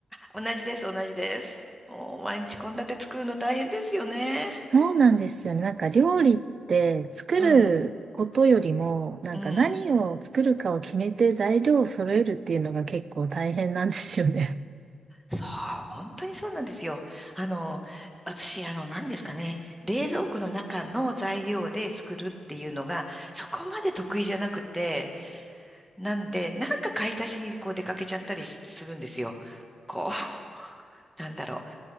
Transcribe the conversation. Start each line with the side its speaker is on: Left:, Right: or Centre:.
Centre: 同じです、同じです。もう、毎日献立作るの大変ですよね。
Right: <laughs> そうなんですよね。なんか料理って作ることよりも、
Centre: うん、
Right: なんか何を作るかを決めて材料を揃えるっていうのが結構大変なんですよね。
Centre: うん。そう、本当にそうなんですよ。あの、私、あの、何ですかね、冷蔵庫の中の材料で作るっていうのが、そこまで得意じゃなくて、なんで、なんか買い足しにこう出かけちゃったりするんですよ。こう。なんだろう。